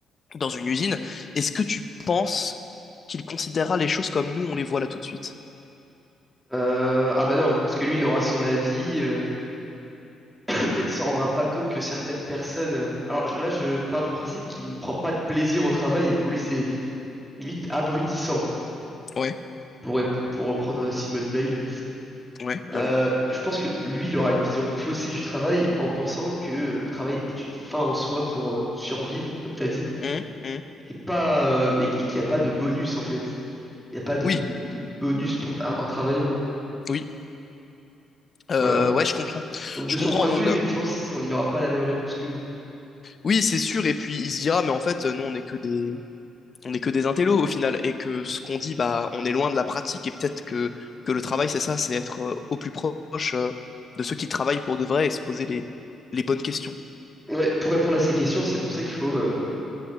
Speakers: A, on the left (about 40°); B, in the centre.
A: dans une usine, est-ce que tu penses qu'il considérera les choses comme nous on les voit là tout de suite?
B: Euh, ah bah non, parce que lui, il aura son avis. euh, peut-être il s'en rendra pas compte que certaines personnes. euh, Alors je- là, je pars du principe qu'il ne prend pas de plaisir au travail et que pour lui, c'est limite abrutissant.
A: Ouais,
B: Pour, rep- pour reprendre euh, Simone Veil,
A: ouais, bien
B: Euh,
A: vu.
B: je pense que lui, il aura une vision faussée du travail en pensant que le travail est une fin en soi pour euh, survivre, comme tu as dit,
A: Hum, hum.
B: et pas, euh, mais qu'il n'y a pas de bonus en fait. Il n'y a pas de,
A: Oui,
B: de- bonus pour, en travaillant.
A: oui. Euh,
B: Voilà.
A: ouais, je comprends.
B: Donc de
A: Je
B: son
A: comprends.
B: point de
A: Donc,
B: vue, effectivement,
A: euh,
B: c- on il n'aura pas la même réponse que nous.
A: oui, c'est sûr. Et puis, il se dira, mais en fait, euh, nous, on n'est que des, on n'est que des intellos au final et que ce qu'on dit, bah, on est loin de la pratique et peut-être que, que le travail, c'est ça, c'est être euh, au plus proche euh, de ceux qui travaillent pour de vrai et se poser les, les bonnes questions.
B: Ouais, pour répondre à ces questions, c'est pour ça qu'il faut euh,